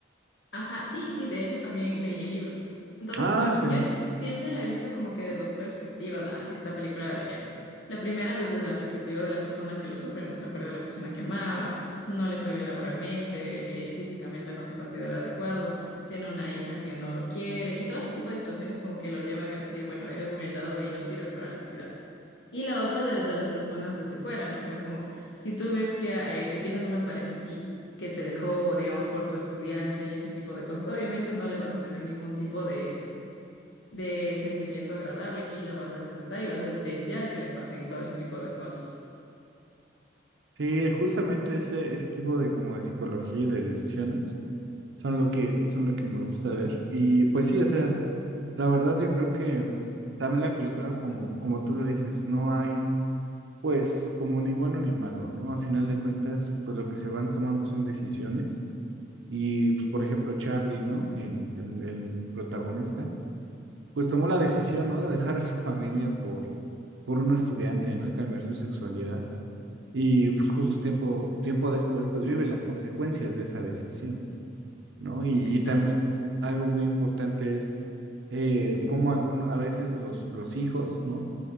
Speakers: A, on the left; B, on the right.
A: Ajá, sí, sí, de hecho también leí el libro. Entonces,
B: Ah,
A: bueno,
B: excelente.
A: yo siempre la he visto como que de dos perspectivas, la, esta película de Bayán. La primera desde la perspectiva de la persona que lo sufre, no se ha perdido a la persona que amaba, no le fue bien laboralmente, eh, físicamente no se considera adecuado, tiene una hija que no lo quiere y todo ese tipo de situaciones como que lo llevan a decir, bueno, eres un aislado y no sirves para la sociedad. Y la otra desde las personas desde fuera, ¿no? O sea, como si tú ves que, eh, que tienes una pareja así, que te dejó, digamos, por tu estudiante y ese tipo de cosas, obviamente no le vas a tener ningún tipo de, de sentimiento agradable y lo vas a detestar y vas a desear que le pasen todo ese tipo de cosas.
B: Sí, justamente ese, ese tipo de como de psicología y de decisiones. son lo que, son lo que me gusta ver. Y pues sí, o sea, la verdad yo creo que también la película, como, como tú lo dices, no hay pues como ni bueno ni malo, ¿no? A final de cuentas, pues lo que se van tomando son decisiones. Y pues, por ejemplo, Charlie, ¿no? El, el, el protagonista, pues tomó la decisión, ¿no? De dejar a su familia por, por un estudiante, ¿no? Y cambiar su sexualidad. Y pues justo tiempo, tiempo después, pues vive las consecuencias de esa decisión. ¿no? Y,
A: Exacto.
B: y también algo muy importante es eh, cómo algún, a veces los, los hijos, ¿no?